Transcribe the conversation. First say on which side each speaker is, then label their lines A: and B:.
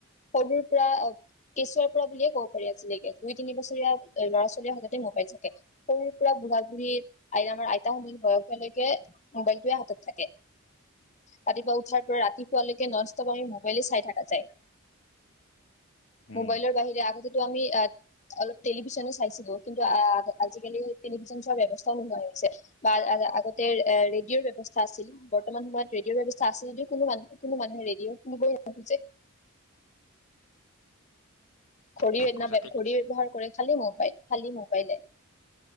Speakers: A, on the left; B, on the left.
A: সৰুৰ পৰা কেঁচুৱাৰ পৰা বুলিয়ে কব পাৰি আজিলেগে দুই তিনি বছৰীয়া ল'ৰা ছোৱালীৰ হাততে মোবাইল থাকে সৰুৰ পৰা বুঢ়া বু়ঢ়ী আমাৰ আইতাৰ সময়ত বয়সলৈকে। এ মোবাইলটোৱে হাতত থাকে। ৰাতিপুৱা উঠি পৰা ৰাতিপুৱালৈকে নন ষ্ট্ৰপ আমি মোবাইলে চাই থকা যায়।
B: উম
A: মোবাইলৰ বাহিৰে আগতেতো আমি এক অলপ। টেলিভিছনে চাইছিলো কিন্তু আজিকালি টেলিভিচন চোৱাৰ ব্যৱস্থাও নোহোৱা হৈ গৈছে বা আগত। ৰেডিঅ'ৰ ব্যৱস্থা আছিল বৰ্তমান সময়ত ৰেডিঅ'ৰ ব্যৱস্থা আছিল যদি কোনো মান- কোনো মানুহে ৰেডিঅ' শুনিবই নোখোজে।
B: ঠিক
A: ঘড়ী
B: ঠিক
A: অন্য
B: কৈছা ঠিক
A: ঘড়ী
B: কৈছা
A: ব্যৱহাৰ কৰে খালি মোবাইল। খালি মোবাইলে